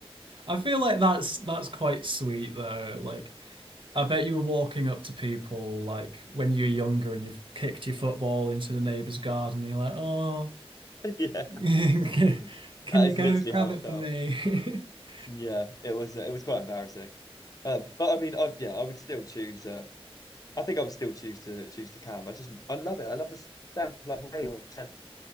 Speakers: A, on the right (about 55°); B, on the left (about 35°).
A: I feel like that's that's quite sweet though. Like I bet you were walking up to people like when you were younger and you've kicked your football into the neighbour's garden and you're like, oh,
B: Yeah,
A: <laughs>
B: that
A: can you
B: is
A: go
B: literally
A: grab
B: how it
A: it
B: felt.
A: for me? <laughs>
B: Yeah, it was uh, it was quite embarrassing. Um, but I mean, I yeah, I would still choose. Uh, I think I would still choose to choose to camp. I just I love it. I love the sound of like rain on a tent.